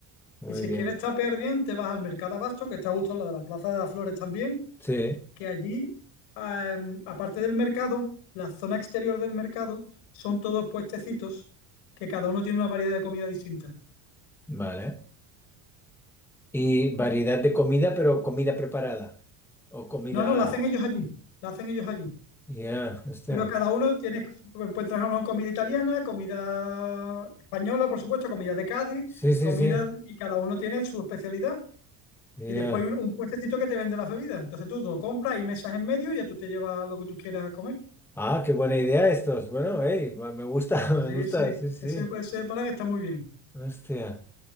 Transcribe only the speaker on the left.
Y si
quieres tapear bien, te vas al Mercado Abasto, que está justo al lado de la Plaza de las Flores también,
que allí, eh, aparte del mercado, la zona exterior del mercado son todos puestecitos que cada uno tiene una variedad de comida distinta.
No, no, la hacen ellos allí, la hacen ellos allí.
Pero cada uno tiene, pues, puede trabajar con comida italiana, comida española, por supuesto, comida de Cádiz,
comida,
y cada uno tiene su especialidad.
Y después un, un puestecito que te vende las bebidas. Entonces tú lo compras y mesas en medio y ya tú te llevas lo que tú quieras a comer.
Sí,
sí,
ese, ese plan está muy bien,